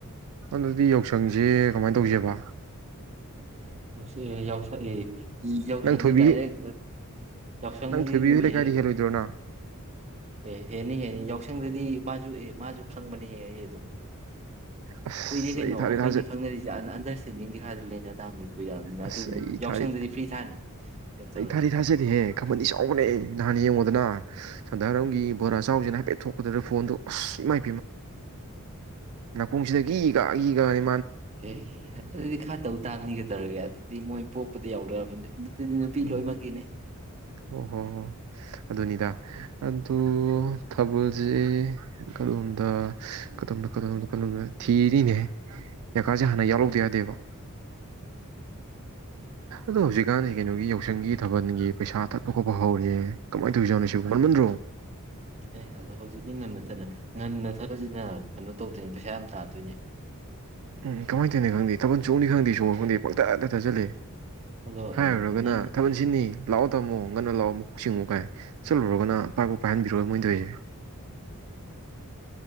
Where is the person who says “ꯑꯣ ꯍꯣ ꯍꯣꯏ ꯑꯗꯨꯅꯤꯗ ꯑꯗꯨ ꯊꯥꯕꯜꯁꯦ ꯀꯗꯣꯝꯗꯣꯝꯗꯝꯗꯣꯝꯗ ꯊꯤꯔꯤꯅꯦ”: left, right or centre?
Right